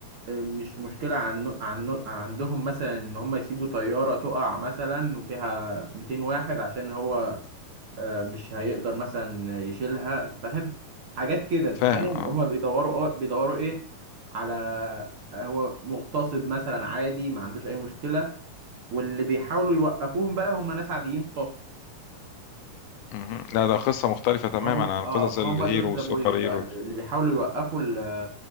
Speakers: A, on the right (about 50°); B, on the left (about 80°).
A: مش مشكلة عن... عن... عندهم مثلا ان هم يسيبوا طيارة تقع مثلا وفيها 200 واحد عشان هو آه، مش هيقدر مثلا يشيلها انت فاهم حاجات كده انت
B: فاهم
A: فاهم
B: اه
A: هم بيدوروا آه، بيدوروا ايه على آه، هو مغتصب مثلا عادي ما عندوش اي مشكلة واللي بيحاولوا يوقفوهم بقى هم ناس عاديين
B: مهم. لا ده قصة مختلفة تماما
A: هم
B: عن
A: اه
B: قصص
A: هم
B: الهيرو
A: دول ذا
B: والسوبر
A: بويز بقى
B: هيرو
A: اللي بيحاولوا يوقفوا ال-